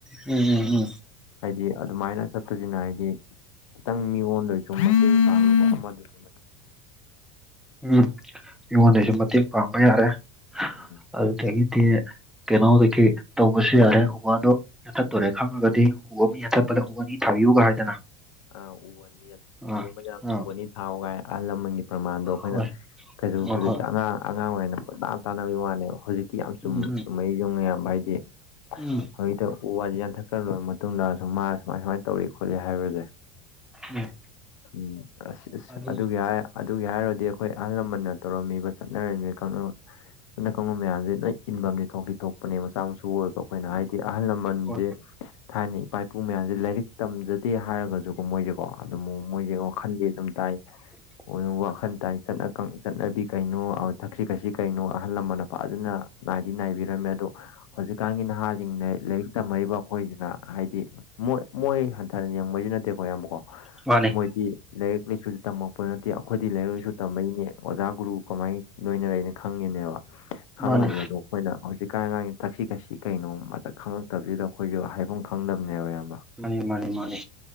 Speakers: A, in the centre; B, on the left.
A: ꯎꯝ ꯎꯝ ꯎꯝ
B: ꯍꯥꯏꯗꯤ ꯑꯗꯨꯃꯥꯏꯅ ꯆꯠꯄꯁꯤꯅ ꯍꯥꯏꯗꯤ ꯈꯤꯇꯪ ꯃꯤꯉꯣꯟꯗ ꯑꫭꯏꯁꯨ ꯃꯇꯦꯡ ꯄꯥꯡꯅꯕ ꯑꯃꯗꯁꯨ
A: ꯎꯝ ꯃꯤꯉꯣꯟꯗꯩꯁꯨ ꯃꯇꯦꯡ ꯄꯥꯡꯕ ꯌꯥꯔꯦ
B: ꯎꯝ
A: ꯑꯗꯨꯗꯒꯤꯗꯤ ꯀꯩꯅꯣ ꯀꯩ ꯀꯩ ꯇꯧꯕꯁꯨ ꯌꯥꯔꯦ ꯎ ꯋꯥꯗꯣ ꯌꯥꯟꯊꯠꯇꯣꯔꯦ ꯈꯪꯉꯒꯗꯤ ꯎ ꯑꯃ ꯌꯥꯟꯊꯠꯄꯗ ꯎ ꯑꯅꯤ ꯊꯥꯕꯤꯌꯨꯒ ꯍꯥꯏꯗꯅ
B: ꯑ ꯎ ꯑꯅꯤ
A: ꯑꯥ
B: ꯎ ꯃꯗ
A: ꯑꯥ
B: ꯎ ꯋꯥꯅꯤ ꯊꯥꯎꯒꯥꯏ ꯑꯍꯜ ꯂꯃꯟꯒꯤ ꯄ꯭ꯔꯃꯥꯟꯗꯣ ꯑꯩꯈꯣꯏꯅ
A: ꯍꯣꯏ
B: ꯀꯩꯁꯨ
A: ꯍꯣꯏ
B: ꯍꯧꯖꯤꯛꯇꯤ
A: ꯍꯣꯏ
B: ꯑꯉꯥꯡ ꯑꯉꯥꯡ ꯑꯣꯏꯅ ꯄꯨꯅꯥ ꯇꯥꯟꯅꯕꯒꯤ ꯋꯥꯅꯦꯕ ꯍꯧꯖꯤꯛꯇꯤ ꯊꯤ ꯌꯥꯝ ꯆꯨꯝ
A: ꯎꯝ ꯎꯝ
B: ꯆꯨꯝꯃꯛ ꯏꯁꯦ ꯆꯨꯝꯉꯩꯌꯥꯝꯕ ꯍꯥꯏꯗꯤ
A: ꯎꯝ
B: ꯍꯧꯖꯤꯛꯇ ꯎ ꯋꯥꯁꯤꯦ ꯌꯥꯟꯊꯠꯀ꯭ꯔ ꯂꯣꯏꯔ ꯃꯇꯨꯡꯗꯁꯨꯨꯝ ꯃꯥꯅ ꯁꯨꯃꯥꯏ ꯁꯨꯃꯥꯏꯅ ꯇꯧꯔ ꯈꯣꯠꯂ‌ꯦ ꯍꯥꯏꯕꯁꯦ
A: ꯎꯝ
B: ꯎꯝ ꯑꯁ ꯑꯁ
A: ꯑꯗꯨ
B: ꯑꯗꯨꯒꯤ ꯍꯥꯏꯔ ꯑꯗꯨꯒꯤ ꯍꯥꯏꯔꯗꯤ ꯑꯩꯈꯣꯏ ꯑꯍꯜ ꯂꯃꯟꯅ ꯇꯧꯔꯝꯃꯤꯕ ꯆꯠꯅꯔꯝꯃꯤ ꯀꯥꯡꯂꯨꯞ ꯆꯠꯅ ꯀꯥꯡꯂꯣꯟ ꯃꯌꯥꯝ ꯅꯣꯏ ꯏꯟꯐꯝꯗꯤ ꯊꯣꯛꯇꯤ ꯊꯣꯛꯄꯅꯦ ꯃꯆꯥ ꯃꯁꯨ ꯑꯣꯏꯕ ꯑꯩꯈꯣꯏꯅ ꯍꯥꯏꯗꯤ ꯑꯍꯜ ꯂꯃꯟꯁꯦ
A: ꯍꯣꯏ
B: ꯊꯥꯏꯅꯩ ꯏꯄꯥ ꯏꯄꯨ ꯃꯌꯥꯝꯁꯦ ꯂꯥꯏꯔꯤꯛ ꯇꯝꯖꯗꯦ ꯍꯥꯏꯔꯒꯁꯨꯀꯣ ꯃꯣꯏꯁꯨ ꯀ‌ꯣ ꯑꯗꯨꯝ ꯃꯣꯏꯁꯦ ꯋꯥꯈꯟꯗꯤ ꯑꯗꯨꯝ ꯇꯥꯏ
A: <unintelligible>
B: ꯑꯣꯏꯅ ꯋꯥꯈꯜ ꯇꯥꯏ ꯆꯠꯅꯕꯤ ꯀꯩꯅꯣ ꯊꯛꯁꯤ ꯈꯥꯁꯤ ꯀꯩꯅꯣ ꯑꯍꯜ ꯂꯃꯟꯅ ꯐꯖꯅ ꯅꯥꯏꯕꯤꯔꯝꯃꯦ ꯑꯗꯣ ꯍꯧꯖꯤꯛꯀꯥꯟꯒꯤ ꯅꯍꯥꯁꯤꯡꯅ ꯂꯥꯏꯔꯤꯛ ꯇꯝꯃꯏꯕ ꯑꯩꯈꯣꯏꯁꯤꯅ ꯍꯥꯏꯗꯤ ꯃꯣꯏ ꯃꯣꯏ ꯍꯟꯊꯅ ꯌꯦꯡꯕꯩꯁꯨ ꯅꯠꯇꯦꯀꯣ ꯑꯌꯥꯝꯕꯀꯣ
A: ꯃꯥꯅꯤ
B: ꯃꯣꯏꯗꯤ ꯂꯥꯏꯔꯤꯛ ꯂꯥꯏꯁꯨ ꯇꯝꯃꯛꯄ ꯅꯠꯇꯦ ꯑꯩꯈꯣꯏꯗꯤ ꯂꯥꯏꯔꯛ ꯂꯥꯏꯁꯨ ꯇꯝꯃꯛꯏꯅꯦ ꯑꯣꯖꯥ ꯒꯨꯔꯨ ꯀꯃꯥꯏꯅ ꯂꯣꯏꯅꯔꯅ ꯈꯪꯉꯤꯅꯦꯕ ꯈꯪꯉꯁꯨ
A: ꯃꯥꯅꯤ ꯃꯥꯅꯤ
B: ꯑꯗꯣ ꯑꯩꯈꯣꯏꯅ ꯍꯧꯖꯤꯛꯀꯥꯟ ꯀꯥꯟꯁꯤ ꯊꯛꯁꯤ ꯈꯛꯁꯤ ꯀꯩꯅꯣ ꯃꯁꯛ ꯈꯪꯉꯛꯇꯕꯁꯤꯗ ꯑꯩꯈꯣꯏꯁꯨ ꯍꯥꯏꯐꯝ ꯈꯪꯗꯕꯅꯦꯕ ꯏꯌꯥꯝꯕ
A: ꯃꯥꯅꯤ ꯃꯥꯅꯤ ꯃꯥꯅꯤ